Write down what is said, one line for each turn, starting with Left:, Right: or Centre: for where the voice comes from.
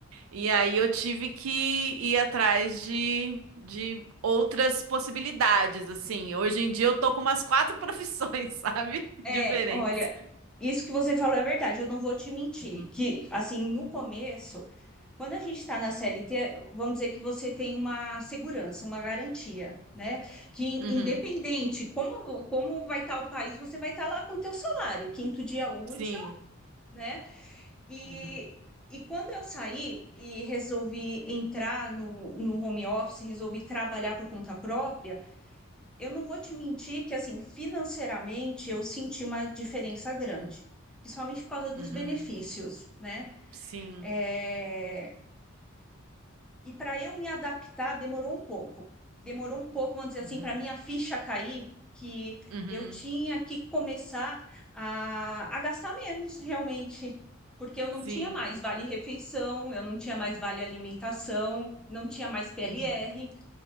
Right: E aí eu tive que ir atrás de, de outras possibilidades, assim. Hoje em dia eu tô com umas quatro <laughs> profissões, sabe?
Centre: É,
Right: Diferentes.
Centre: olha, isso que você falou é verdade, eu não vou te mentir,
Right: Uhum.
Centre: que assim, no começo, quando a gente está na CLT, vamos dizer que você tem uma segurança, uma garantia, né? Que
Right: Uhum.
Centre: independente como, como vai estar o país, você vai estar lá com o teu salário, quinto dia útil,
Right: Sim.
Centre: né? E,
Right: Uhum.
Centre: e quando eu saí e resolvi entrar no, no home office, resolvi trabalhar por conta própria, eu não vou te mentir que, assim, financeiramente eu senti uma diferença grande, principalmente por causa dos
Right: Uhum.
Centre: benefícios, né?
Right: Sim.
Centre: É, E para eu me adaptar demorou um pouco. Demorou um pouco, vamos dizer assim,
Right: Uhum.
Centre: para minha ficha cair, que
Right: Uhum.
Centre: eu tinha que começar a, a gastar menos realmente, porque eu não
Right: Sim.
Centre: tinha mais vale refeição, eu não tinha mais vale alimentação, não tinha mais PLR.
Right: Uhum.